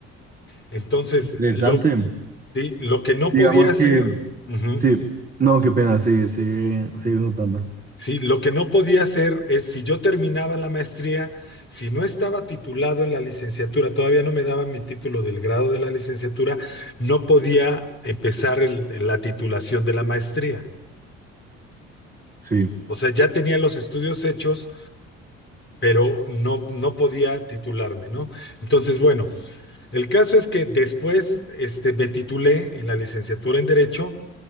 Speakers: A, on the left; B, on the right.
A: Entonces,
B: interesante.
A: lo, sí, lo que no
B: Digamos
A: podía hacer,
B: que,
A: ujú,
B: sí, no, qué pena, sigue, sigue, sigue notando.
A: Sí, lo que no podía hacer es, si yo terminaba la maestría, si no estaba titulado en la licenciatura, todavía no me daban mi título del grado de la licenciatura, no podía empezar el- la titulación de la maestría.
B: Sí,
A: O sea, ya tenía los estudios hechos, pero no, no podía titularme, ¿no? Entonces, bueno, el caso es que después este, me titulé en la licenciatura en Derecho